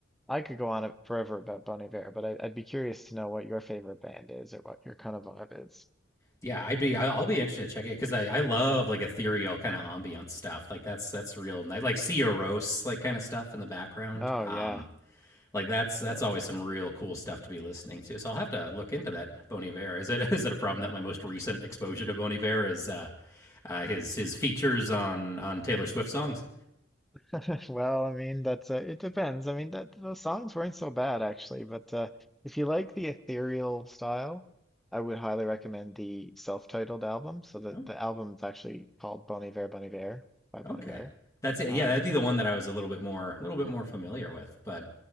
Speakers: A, in the centre; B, on the left.
A: I could go on forever about Bon Iver, but I, I'd be curious to know what your favorite band is or what your kind of vibe is.
B: Yeah, I'd be, I- I'll be interested to check it because I, I love like ethereal kind of ambient stuff. Like that's that's real nice, like Sia Rose, like kind of stuff in the background.
A: Oh
B: Um,
A: yeah,
B: Like that's that's
A: yeah.
B: always some real cool stuff to be listening to. So I'll have to look into that Bon Iver. Is it <laughs> is it a problem
A: Hmm.
B: that my most recent exposure to Bon Iver is uh, uh, his his features on on Taylor Swift songs?
A: <laughs> Well, I mean, that's uh, it depends. I mean, that those songs weren't so bad actually, but uh, if you like the ethereal style, I would highly recommend the self-titled album. So the
B: Oh,
A: the album's actually called Bon Iver, Bon Iver by Bon
B: okay,
A: Iver.
B: that's it.
A: Um,
B: Yeah, that'd be the one that I was a little bit more a little bit more familiar with. But